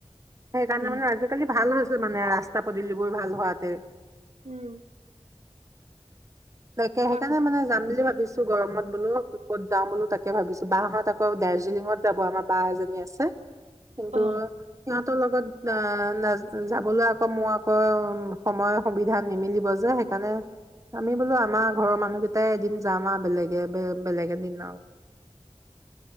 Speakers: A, on the right; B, on the right.
A: সেইকাৰণে
B: উম,
A: মানে আজিকালি ভাল হৈছে। তোৰ মানে ৰা ৰাস্তা পদূলি বোৰৰ ভাল হোৱাতে
B: উম।
A: তাকে
B: হয়,
A: সেইকাৰণে মানে যাম বুলি ভাবিছো গৰমত বোলো ক'ত যাওঁ বোলো তাকে ভাবিছো, বা হঁত আকৌ দাৰ্জিলিঙত যাব আমাৰ বা এজনী আছে। কিন্তু
B: অ',
A: সিহঁত ত লগত না নাজ যাবলে ক মোৰ আক উম সময় সুবিধা নিমিলিব যে, সেইকাৰণে আমি বোলো আমাৰ ঘৰৰ মানুহ কেইটাই এদিন যাম আও বেলেগে বেলেগ এদিন আও।